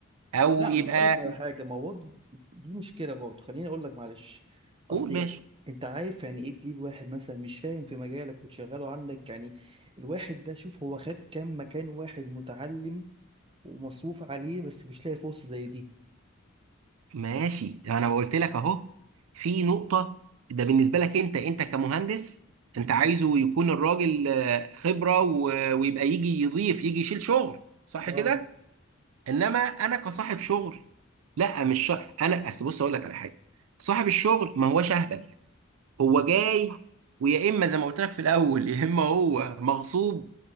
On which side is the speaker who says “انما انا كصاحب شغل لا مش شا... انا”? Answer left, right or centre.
Right